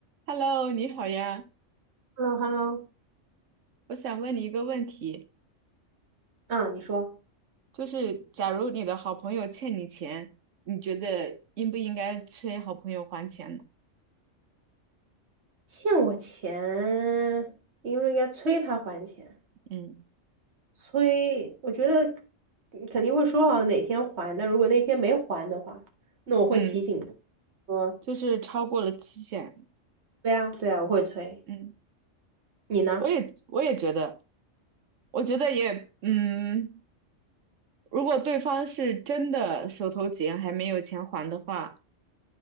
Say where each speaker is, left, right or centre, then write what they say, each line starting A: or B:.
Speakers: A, on the right (about 75°); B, on the right (about 60°).
A: Hello，你好呀，
B: h e l l o h e l l o
A: 我想问你一个问题，
B: 啊，你说
A: 就是假如你的好朋友欠你钱，你觉得应不应该催好朋友还钱呢？
B: 欠我钱，应不应该催他还钱？
A: 嗯
B: 催，我觉得嗯肯定会说好哪天还但如果那天没还的话，那我会提醒他
A: 嗯，
B: 说，
A: 就是超过了期限，
B: 对啊，对啊，我会催。
A: 嗯，
B: 你呢？
A: 我也我也觉得，我觉得也嗯，如果对方是真的手头紧还没有钱还的话，